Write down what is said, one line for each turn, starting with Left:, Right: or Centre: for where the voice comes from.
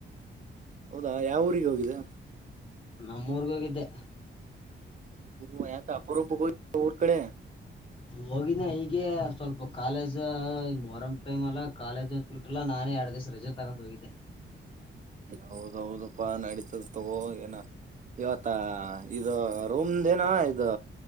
Right: ಹೌದಾ ಯಾವ ಊರಿಗೆ ಹೋಗಿದೆ.
Left: ನಮ್ಮೂರ್ಗ ಹೋಗಿದ್ದೆ.
Right: ಹ ಯಾಕ ಅಪರೋಪಕ ಊರ್ ಕಡೆ.
Left: ಹೋಗಿದ ಈಗೆ ಸ್ವಲ್ಪ ಕಾಲೇಜ್ ಮೊಹರಂ ಟೈಮ್ ಅಲ್ಲ ಕಾಲೇಜಲ್ಲಿ ಸೂಟಿ ಇಲ್ಲ ನಾನೇ ಎರಡು ದಿವಸ ರಜೆ. ತಗೊಂಡ್ ಹೋಗಿದ್ದೆ
Right: ಹೌದ ಹೌದಪ್ಪಾ ನಡಿ ತಗೋ ನ ಇವತ್ತ ಇದು ರೂಮ್ದ ಏನೊ ಇದು.